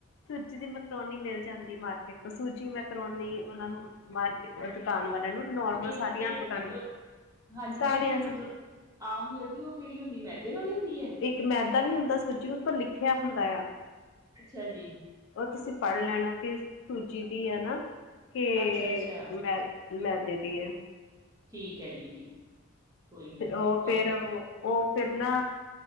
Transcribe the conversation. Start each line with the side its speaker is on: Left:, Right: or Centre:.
Left: ਸੂਜੀ ਦੀ ਮੈਕਰੋਨੀ ਮਿਲ ਜਾਂਦੀ ਮਾਰਕੀਟ ਤੋਂ ਸੂਜੀ ਮੈਕਰੋਨੀ ਉਹਨਾ ਨੂੰ ਮਾਰਕ ਦੁਕਾਨ ਵਾਲਿਆਂ ਨੂੰ ਨੋਰਮਲ
Right: ਇੱਕ
Left: ਸਾਰੀਆਂ
Right: ਜਿਹੜੀ
Left: ਦੁਕਾਨਾਂ
Right: ਮਤਲਬ ਹਾਂਜੀ
Left: ਸਾਰੀਆਂ
Right: ਜਿਹੜੀ ਇੱਕ ਮਤਲਬ ਆਮ ਮਿਲਦੀ ਉਹ ਕਿਹੜੀ ਹੁੰਦੀ ਮੈਦੇ ਵਾਲੀ ਹੁੰਦੀ ਏ
Left: ਇੱਕ ਮੈਦਾ ਵੀ ਹੁੰਦਾ ਸਚੀ ਉੱਪਰ ਲਿਖਿਆ ਹੁੰਦਾ ਆ
Right: ਅੱਛਾ ਜੀ
Left: ਉਹ ਤੁਸੀਂ ਪੜ੍ਹ ਲੈਣਾ ਵੀ ਸੂਜੀ ਦੀ ਹੈ ਨਾ ਕਿ
Right: ਅੱਛਾ ਅੱਛਾ
Left: ਮੈਂ ਮੈਦੇ ਦੀ ਐ
Right: ਠੀਕ ਹੈ ਜੀ ਠੀਕ ਕੋਈ ਨੀ ਹੁਣ
Left: ਉਹ
Right: ਆਪਾਂ
Left: ਫੇਰ ਉਹ ਫੇਿਰ ਨਾ